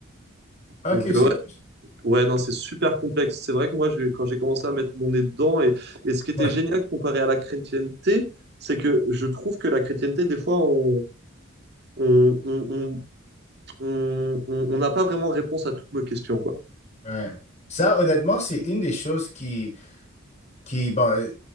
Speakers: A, on the left; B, on the right.
A: Ok,
B: Donc
A: c'est
B: euh, ouais,
A: cool. ça.
B: ouais, non, c'est super complexe. C'est vrai que moi, je- quand j'ai commencé à mettre mon nez dedans, et, et ce qui était
A: Ouais,
B: génial comparé à la chrétienté, c'est que je trouve que la chrétienté, des fois, on on on on on- on- on n'a pas vraiment réponse à toutes nos questions, quoi.
A: ouais. Ça, honnêtement, c'est une des choses qui, qui, bon, euh,